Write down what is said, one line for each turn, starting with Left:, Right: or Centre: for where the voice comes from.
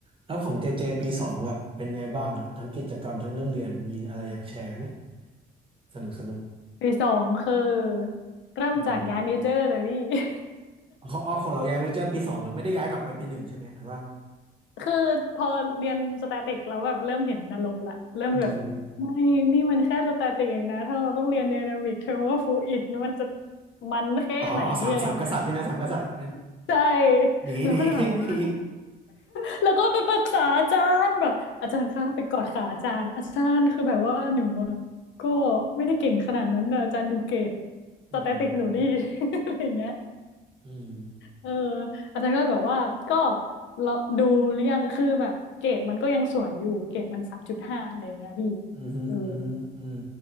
Right: แล้วของเจเจปีสองแบบเป็นไงบ้างอ่ะทั้งกิจกรรมทั้งเรื่องเรียนมีอะไรอยากแชร์ไหมสนุกสนุก
Left: ปีสองคือเริ่มจากย้ายเมเจอร์เลยพี่
Right: อืม
Left: <laughs>
Right: เขาเอาของเราย้ายเมเจอร์ปีสองเหรอไม่ได้ย้ายกลับไปปีหนึ่งใช่ไหมหมายว่า
Left: คือพอเรียนสแตติกแล้วแบบเริ่มเห็นนรกละเริ่มแบบไม่นี่มันแค่สแตติกเองนะถ้าเราต้องเรียนไดนามิกเทอร์โมฟลูอิดมันจะ
Right: อืม
Left: มันแค่ไหนอะไรเงี้ย
Right: อ๋ออ๋อสามสามกษัตริย์ใช่ไหมสามกษัตริย์
Left: <laughs> ใช่
Right: หนีหนี
Left: แล้วก็เลยแบบว่า
Right: <laughs> หนี
Left: <laughs> แล้วก็ไปปรึกษาอาจารย์แบบอาจารย์คะไปกอดขาอาจารย์อาจารย์คือแบบว่าหนูอะก็ไม่ได้เก่งขนาดนั้นนะอาจารย์ดูเกรด
Right: อื
Left: สแตติกหนูดี
Right: ม
Left: <laughs> อะไรเงี้ย
Right: อืม
Left: เอออาจารย์ก็แบบว่าก็เราดูเรื่อยังคือแบบเกรดมันก็ยังสวยอยู่เกรดมันสามจุดห้าอะไรอย่างเงี้ยพี่
Right: อืมอื
Left: เออ
Right: มอืม